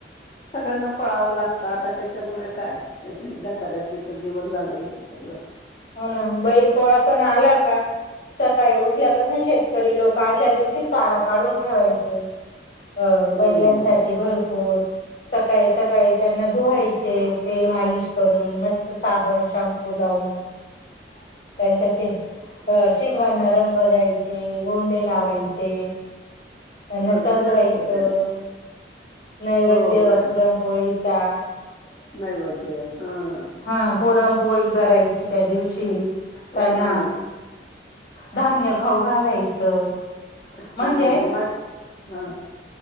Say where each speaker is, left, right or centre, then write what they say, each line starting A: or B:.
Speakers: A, on the left (about 35°); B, on the left (about 75°).
A: सगळ्यांना पळावं लागतं आता त्याच्यामुळे काय <inaudible> धक काधक्कीच जीवन झालंय हे सगळं.
B: हों नां बैल पोळा पण आला का- सकाळी उठल्यापासून शेतकरी लोक आदल्या दिवशीच चारा काढून ठेवायचे अं बैलांसाठी
A: हो
B: भरपूर सकाळी सकाळी त्यांना धुवायचे तेल मालिश करून मस्त साबण, शॅम्पू लावून त्यांचे के शिंगांना रंग द्यायचे, गोंडे लावायचे त्यांना
A: भरपूर
B: सजवायचं,
A: असत तर
B: नैवेद्य
A: हो बर
B: पुरणपोळीचा.
A: नैवेद्य हां.
B: हां पुरणपोळी करायची त्या दिवशी त्यांना
A: हो ना
B: धान्य खाऊ घालायचं म्हंजे
A: हो
B: <inaudible>
A: मग हा